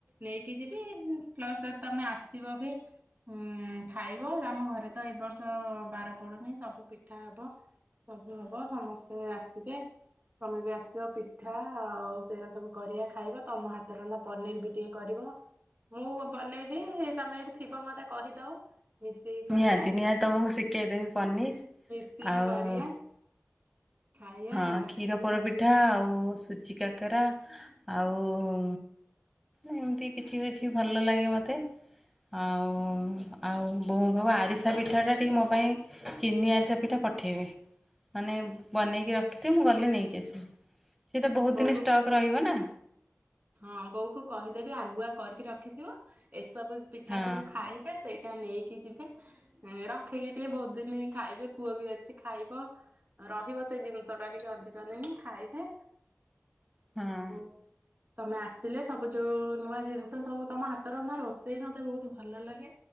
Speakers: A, on the right; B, in the centre.
A: ନେଇକି ଯିବି ପ୍ଲସ ତମେ ଆସିବ ବି। ଉଁ ଖାଇବ ଆମ ଘରେ ତ ଏ ବର୍ଷ ବାର ପଡୁନାହିଁ ସବୁ ପିଠା ହବ। ସବୁ ହବ ସମସ୍ତେ ଆସିବେ। ତମେ ବି ଆସିବ ପିଠା ଆଉ ସେଇଟା ସବୁ କରିବା ଖାଇବା ତମ ହାତ ରନ୍ଧା ପନିର ବି ଟିକେ କରିବ। ମୁଁ ବନେଇବି ତମେ ଏଇଠି ଥିବ ମତେ କହିଦବ। ମିଶିକି କରିବା
B: ନିହାତି ନିହାତି ତମକୁ ଶିଖେଇଦେବି ପନିର୍
A: ମିଶିକି
B: ଆଉ
A: କରିବା। ଖାଇବା
B: ହଁ
A: ଆଉ
B: କ୍ଷୀର ପୋଡ଼ ପିଠା ଆଉ ସୁଜି କାକରା ଆଉ ଏମିତି କିଛି କିଛି ଭଲ ଲାଗେ ମୋତେ। ଆଉ ଆଉ ବୋଉଙ୍କ ଆରିସ ପିଠା ଟା ଟିକେ ମୋ ପାଇଁ ଚିନି ଆରିସା ପିଠା ପଠେଇବେ ମାନେ ବନେଇକି କି ରଖିଥିବୁ ମୁଁ ଗଲେ ନେଇକି ଆସିବି ସିଏ ତ ବହୁତ
A: ବୋଉକୁ
B: ଦିନ ଷ୍ଟକ୍ ରହିବ ନା।
A: ହଁ ବୋଉ କୁ କହିଦେବି ଆଗୁଆ କରିକି ରଖିଥିବ ଏସବୁ ପିଠା
B: ହଁ
A: ସବୁ ଖାଇ ସେଇଟା ନେଇକି ଯିବେ ରଖିକି ଟିକେ ବହୁତ ଦିନ ହିଁ ଖାଇବେ ପୁଅ ବି ଅଛି ଖାଇବ। ରହିବ ସେଇ ଜିନିଷ ଟା ଟିକେ ଅଧିକ ଦିନ ଖାଇବେ।
B: ହଁ।
A: ଆଉ ତମେ ଆସିଲେ ସବୁ ଯୋଉ ନୂଆ ଜିନିଷ ସବୁ ତମ ହାତ ରନ୍ଧା ରୋଷେଇ ମୋତେ ବହୁତ ଭଲ ଲାଗେ।